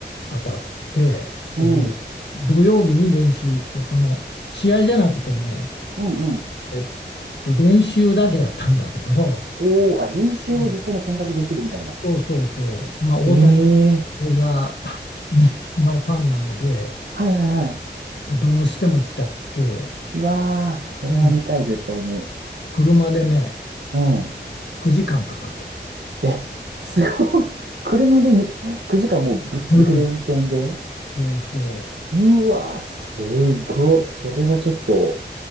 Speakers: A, on the left; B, on the right.
A: 当たって、
B: うん。
A: えー土曜日に練習、その試合じゃなくてね、
B: うんうん。
A: えっと、練習だけだったんだけど、
B: おー、あ、練習を実際に見学できるみたいな。
A: うんそうそうそう、まあ、大谷
B: ええー
A: がみのファンなので、
B: はいはいはい。
A: まあ、どうしても行きたくて、
B: うわー、それは見たい、
A: うん
B: 絶対に。
A: 車でね、
B: うん。
A: 9時間かかった。
B: え、すごい。<laughs> 車でに9時間もうぶっ続けで運転で。
A: うん。そうそ
B: うわー、すごい。それはちょっと